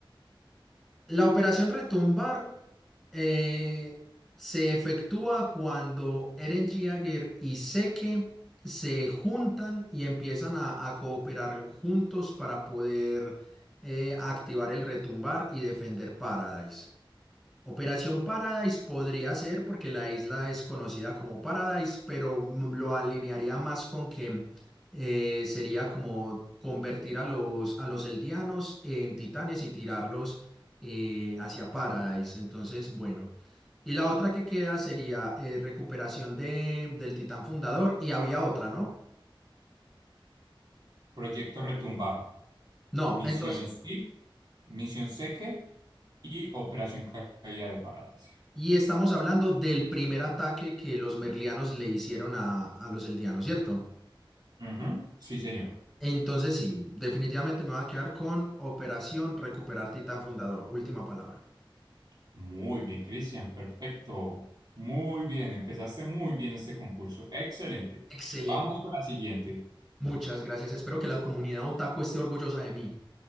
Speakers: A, in the centre; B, on the right.
A: La operación retumbar eh, se efectúa cuando Eren Jaeger y Zeke se juntan y empiezan a, a cooperar juntos para poder eh, activar el retumbar y defender Paradise. Operación Paradise podría ser porque la isla es conocida como Paradise, pero mm, lo alinearía más con que eh, sería como convertir a los, a los eldianos en titanes y tirarlos eh, hacia Paradise. Entonces, bueno. Y la otra que queda sería eh, recuperación de, del titán fundador y había otra, ¿no?
B: Proyecto Retumbar,
A: No,
B: Misión
A: entonces,
B: SIP, Misión Seque y Operación Ca- Caída de Paradas.
A: y estamos hablando del primer ataque que los merlianos le hicieron a, a los eldianos, ¿cierto?
B: Ujú, Sí, señor.
A: Entonces sí, definitivamente me va a quedar con Operación Recuperar Titán Fundador. Última palabra.
B: Muy bien, Cristian. Perfecto. Muy bien. Empezaste muy bien este concurso. Excelente.
A: Excelente.
B: Vamos con la siguiente.
A: Muchas gracias. Espero que la comunidad otaku esté orgullosa de mí.